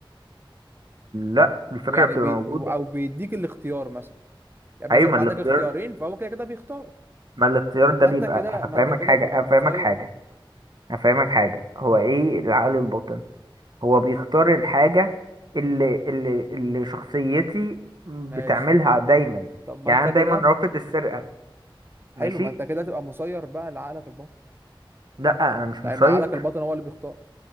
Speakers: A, on the right (about 50°); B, on the right (about 25°).
A: لا الفكرة
B: ويعني
A: بتبقى
B: بي
A: موجودة
B: او بيديك الاختيار مثلا يعني
A: ايوه
B: مثلا بيبقى
A: ما الاختيار
B: عندك اختيارين فهو كده كده بيختار
A: ما الاختيار
B: طب
A: ده
B: ما
A: بيبقى
B: انت كده
A: هفهمك
B: ما انت كده
A: حاجة
B: هتبقى
A: هفهمك
B: مسير
A: حاجة هفهمك حاجة هو ايه العقل الباطن هو بيختار الحاجة اللي اللي اللي شخصيتي بتعملها
B: ماشي
A: دايما
B: طب ما
A: يعني
B: انت
A: انا
B: كده
A: دايما رافض السرقة
B: حلو
A: ماشي
B: ما انت كده هتبقى مسير بقى لعقلك الباطن
A: لا انا مش
B: لان
A: مسير
B: عقلك الباطن هو اللي بيختار